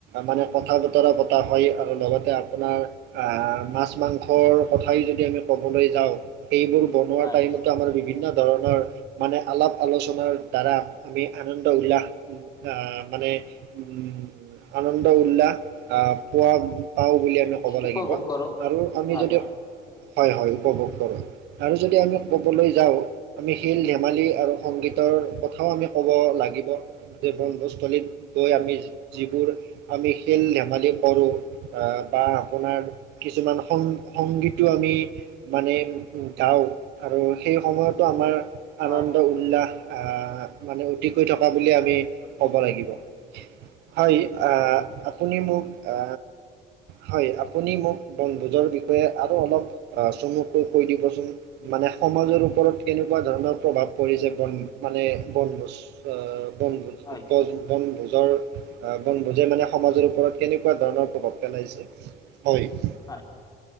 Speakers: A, on the right (about 85°); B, on the left (about 20°).
A: মানে কথা বতৰা পতা হয় আৰু লগতে আপোনাৰ আহ মাছ - মাং খৰ কথাই যদি আমি ক'বলৈ যাওঁ সেইবোৰ বনোৱা
B: হয়
A: টাইমত ত আমাৰ বিভিন্ন ধৰণৰ মানে আলাপ আলোচনাৰ দ্বাৰা আমি আনন্দ উল্লাহ আহ মানে উম আনন্দ উল্লাস আহ পোৱা পাওঁ বুলি আমি ক'ব লাগিব
B: উপভোগ কৰোঁ
A: আৰু আমি
B: হয়
A: যদি হয় হয় উপভোগ কৰোঁ। আৰু যদি আমি ক'বলৈ যাওঁ আমি খেল - ধেমালি আৰু সংগীতৰ কথাও আমি ক'ব লাগিব। যে বনভোজ স্থলীত গৈ আমি জি যিবোৰ আমি খেল - ধেমালি কৰোঁ বা আপোনাৰ কিছুমান সং সংগীতটো আমি মানে গাওঁ আৰু সেই সময়তো আমাৰ আনন্দ
B: হয়
A: উল্লাস আহ মানে অতিকৈ থকা বুলি আমি ক'ব লাগিব। হয় আ আপুনি মোক আ হয় আপুনি মোক বন ভোজৰ বিষয়ে আৰু অলপ আ চমুকৈ কৈ দিবচোন? মানে সমাজৰ ওপৰত কেনেকুৱা ধৰণৰ প্ৰভাৱ পৰিছে বন মানে বনভোজ আ বনভোজ
B: হয়
A: টো কম বনভোজৰ আ বনভোজে মানে সমাজৰ ওপৰত কেনেকুৱা ধৰণৰ প্ৰভাৱ পেলাইছে? হয়।
B: হয়,